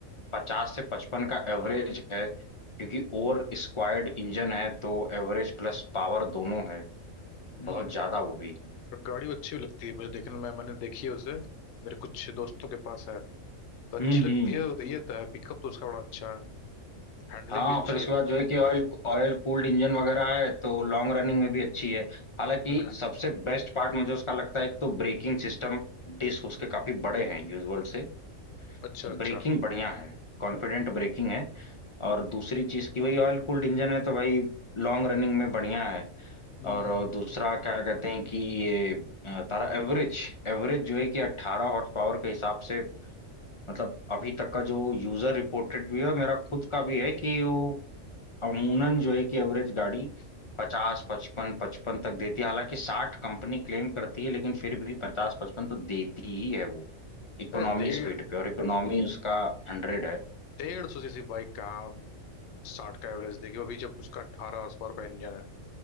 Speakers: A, on the left; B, on the left.
A: पचास से पचपन का एवरेज है क्योंकि ओवर स्क्वायर्ड इंजन है तो एवरेज प्लस पावर दोनों है
B: हम्म
A: बहुत ज्यादा वो भी
B: और गाड़ी अच्छी भी लगती है मुझे देखने में मैंने देखी है उसे मेरे कुछ दोस्तों के पास है तो अच्छी
A: हम्म
B: लगती
A: हम्म
B: है तो ये तो है पिकअप तो उसका बड़ा अच्छा है हैंडलिंग
A: हाँ
B: भी अच्छी
A: फिर उसके
B: है
A: बाद जो है कि ऑयल ऑयल कूल्ड इंजन वगैरह है तो लॉन्ग रनिंग में भी अच्छी है हालांकि
B: हम्म
A: सबसे बेस्ट पार्ट मुझे उसका लगता है एक तो ब्रेकिंग सिस्टम डिस्क उसके काफी बड़े हैं यूजुअल से
B: अच्छा
A: तो
B: अच्छा
A: ब्रेकिंग बढ़िया है कॉन्फिडेंट ब्रेकिंग है और दूसरी चीज की वही ऑयल कूल्ड इंजन है तो भाई लॉन्ग रनिंग में बढ़िया है
B: हम्म
A: और
B: हम्म
A: दूसरा क्या कहते हैं कि ये अ, तारा एवरेज एवरेज जो है कि 18 हॉर्स पावर के हिसाब से मतलब अभी तक का जो यूजर रिपोर्टेड भी है मेरा खुद का भी है कि वो अमूनन जो है कि एवरेज गाड़ी पचास पचपन पचपन तक देती है हालांकि साठ कंपनी क्लेम करती है लेकिन फिर भी पचास पचपन तो देती ही है वो इकोनॉमी
B: अरे डेढ़
A: स्पीड पे और इकोनॉमी उसका हंड्रेड है
B: डेढ़ सौ सीसी बाइक कहाँ साठ का एवरेज देगी अभी जब उसका अठारह हॉर्स पावर का इंजन है